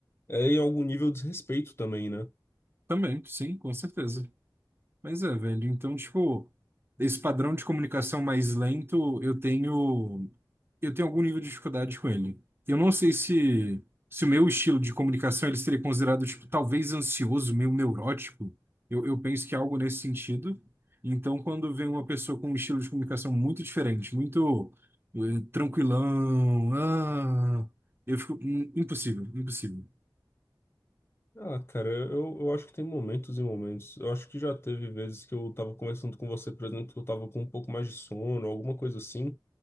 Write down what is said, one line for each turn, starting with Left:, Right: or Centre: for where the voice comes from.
Left: é em algum nível de desrespeito também, né?
Right: Também, sim, com certeza. Mas é, velho, então, tipo, esse padrão de comunicação mais lento, eu tenho eu tenho algum nível de dificuldade com ele. Eu não sei se se o meu estilo de comunicação ele seria considerado, tipo, talvez ansioso, meio neurótico. Eu, eu penso que é algo nesse sentido. Então, quando vem uma pessoa com um estilo de comunicação muito diferente, muito eh, tranquilão, ah, eu fico hum, impossível, impossível.
Left: Ah, cara, eu, eu acho que tem momentos e momentos. Eu acho que já teve vezes que eu tava conversando com você, por exemplo, que eu tava com um pouco mais de sono, alguma coisa assim,